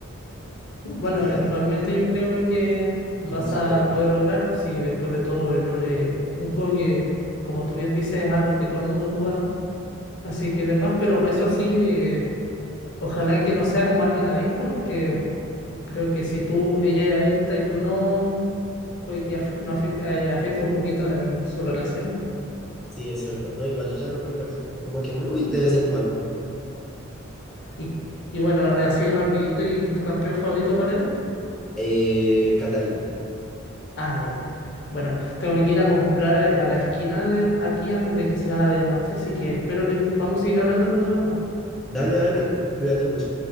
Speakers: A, on the left; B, in the centre.
A: Bueno,
B: ¿sabes?
A: eventualmente yo creo que vas
B: Como súper
A: a
B: onírico.
A: poder lograrlo si después de todo el LoL es un juego que, como tú bien dices, es algo que todo el mundo ha jugado. Así que demás, pero eso sí, eh, ojalá que no sea como alguien adicto, porque creo que si tú, ella es adicta y tú no, puede que af- no afe- eh, afecte un poquito en su relación.
B: Sí, es cierto. No, igual yo ya no juego eso. Como que muy de vez en cuando.
A: Y, y bueno, así rapidito, ¿y tu campeón favorito cuál era?
B: Eh, Catarina.
A: Ah, ya, ya. Bueno, tengo que ir a comprar eh, a la esquina de aquí antes de que se haga de noche, así que espero que podamos seguir hablando cuando vuelva.
B: Dale, dale. Cuídate mucho.